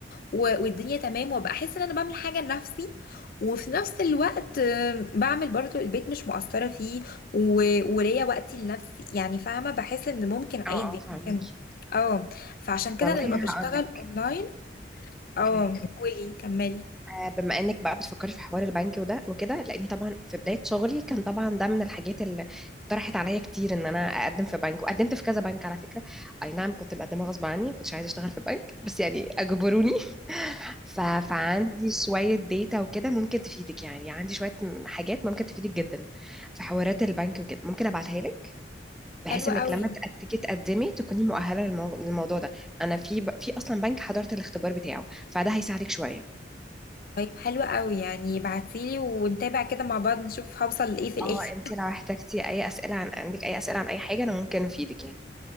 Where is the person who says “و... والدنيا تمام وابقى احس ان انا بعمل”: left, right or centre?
Left